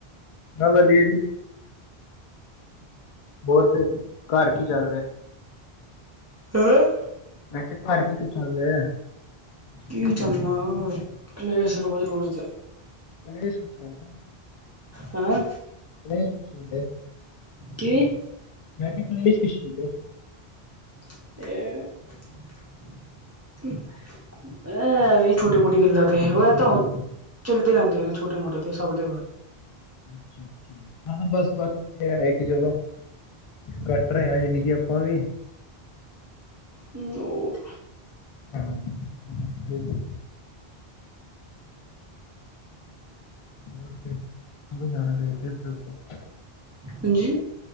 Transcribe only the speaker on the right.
ਹੈਂ?
ਕੀ ਚੱਲਨਾ ਕਲੇਸ ਰੋਜ਼- ਰੋਜ਼ ਦੇ।
ਹਾਂ?
ਕਿ?
ਇਹ <unintelligible> ਐ ਵੀ ਛੋਟੀ- ਮੋਟੀ ਗੱਲਾ ਤੇ, ਹੋ ਜਾਤਾ ਹੁਨ, ਚੱਲਦੇ ਰਹਿੰਦੇ ਨੇ ਛੋਟੇ- ਮੋਟੇ ਤੇ ਸਭ ਦੇ ਘਰ।
ਹੂੰ ਬੋਹਤ,
ਹਾਂਜੀ।